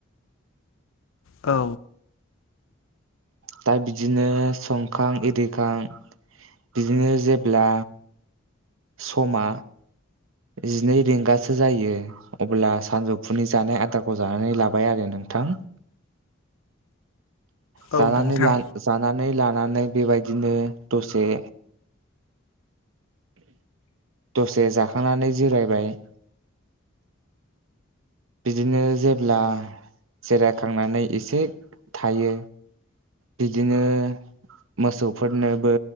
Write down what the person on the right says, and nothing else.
दा बिदिनो संखां इरिखां बिदिनो जेब्ला समा जिनै रिंगासो जायो अब्ला सानजौफुनि जानाय आदारखौ जानानै लाबाय आरो नोंथां जाना
जानानानै लानानै बेबायदिनो दसे दसे जाखांनानै जिरायबाय। बिदिनो जेब्ला जिराय खांनानै एसे थायो बिदिनो मोसौफोरनोबो